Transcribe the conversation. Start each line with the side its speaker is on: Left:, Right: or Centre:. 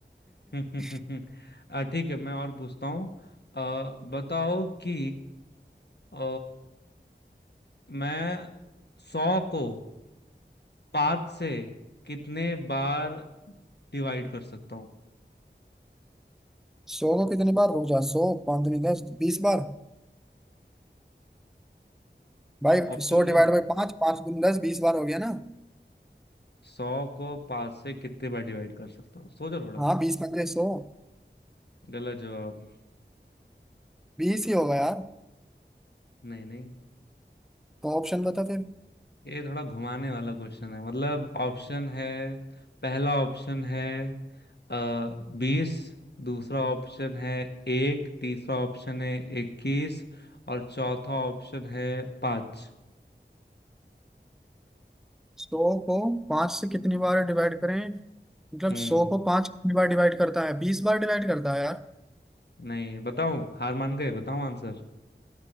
Left: <laughs>
Centre: <laughs>
Left: अ, ठीक है मैं और पूछता हूँ अ, बताओ कि अ, मैं सौ को पांच से कितने बार डिवाइड कर सकता हूँ
Centre: सौ को कितने बार रुक जा सौ पाँच दूनी दस बीस बार भाई
Left: ऑप्शन
Centre: सौ
Left: दो
Centre: डिवाइड बाई पाँच पाँच दूनी दस बीस बार हो गया ना
Left: सौ को पांच से कितने बार डिवाइड कर सकता हूँ सोचो थोड़ा
Centre: हाँ बीस पंजे सौ
Left: गलत जवाब
Centre: बीस ही होगा यार
Left: नहीं नहीं
Centre: तो ऑप्शन बता फिर
Left: ये थोड़ा घुमाने वाला क्वेश्चन है मतलब ऑप्शन है पहला ऑप्शन है आ, बीस दूसरा ऑप्शन है एक तीसरा ऑप्शन है इक्कीस और चौथा ऑप्शन है पाँच
Centre: सौ को पांच से कितनी बार डिवाइड करें मतलब
Left: हम्म
Centre: सौ को पांच कितनी बार डिवाइड करता है बीस बार डिवाइड करता है यार
Left: नहीं बताऊं हार मान गए बताऊं आंसर